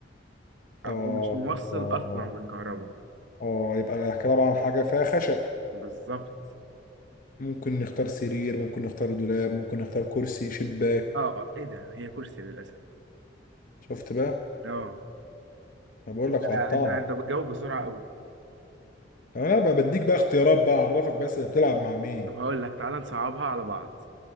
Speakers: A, on the left; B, on the right.
A: اه
B: او هو مش موصل
A: اه
B: اصلا للكهرباء
A: اه يبقى طبعا حاجة فيها خشب
B: بالظبط
A: ممكن نختار سرير ممكن نختار دولاب ممكن نختار كرسي شباك
B: اه اه ايه ده هي كرسي للاسف
A: شفت بقى
B: اه
A: انا بقول
B: انت
A: لك هقطعها
B: انت انت بتجاوب بسرعه قوي
A: انا بقى بديك بقى اختيارات بقى اعرفك بس بتلعب مع مين
B: طب هقول لك تعالى نصعبها على بعض